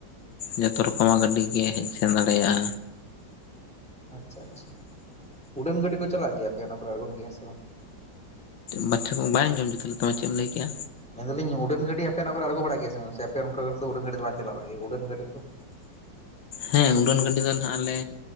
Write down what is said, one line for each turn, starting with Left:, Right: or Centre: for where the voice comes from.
Left: ᱡᱚᱛᱚ ᱨᱚᱠᱚᱢ ᱟᱜ ᱜᱟᱹᱰᱤ ᱜᱮ ᱦᱮᱡ ᱥᱮᱱ ᱫᱟᱲᱮᱜ-ᱟ᱾
Centre: ᱟᱪᱪᱷᱟ, ᱟᱪᱪᱷᱟ ᱩᱰᱟᱹᱱ ᱜᱟᱹᱰᱤ ᱠᱚ ᱪᱟᱞᱟᱜ ᱜᱮᱭᱟ ᱟᱯᱮ ᱚᱱᱟ ᱠᱚᱨᱮ ᱟᱲᱜᱳᱱ ᱜᱮᱭᱟ ᱥᱮ ᱵᱟᱝ?
Left: ᱢᱟᱪᱷᱟ ᱠᱚ ᱵᱟᱝ ᱵᱟᱭ ᱟᱡᱚᱢ ᱡᱩᱛ ᱞᱮᱫ ᱛᱟᱢᱟ ᱪᱮᱛ ᱮᱢ ᱫᱮᱭᱟ ᱠᱮᱭᱟ?
Centre: ᱢᱮᱱ ᱫᱟᱞᱤᱝ ᱩᱰᱟᱹᱱ ᱜᱟᱹᱰᱤ ᱟᱯᱮ ᱚᱱᱟᱠᱚᱨᱮ ᱟᱲᱜᱚ ᱵᱟᱲᱟᱜ ᱜᱮᱭᱟᱱ ᱥᱮ ᱵᱟᱝ, ᱥᱮ ᱟᱯᱮ ᱚᱱᱠᱟ ᱠᱚᱨᱮ ᱫᱚ ᱩᱰᱟᱹᱱ ᱜᱟᱹᱰᱤ ᱫᱚ ᱵᱟᱝ ᱪᱟᱞᱟᱝ ᱵᱟᱲᱟᱜ ᱜᱮᱭᱟ ᱩᱰᱟᱹᱱ ᱜᱟᱹᱰᱤ᱾
Left: ᱦᱮᱸ ᱩᱰᱟᱹᱱ ᱜᱟᱹᱰᱤ ᱫᱚ ᱱᱟᱦᱟᱝ ᱟᱞᱮ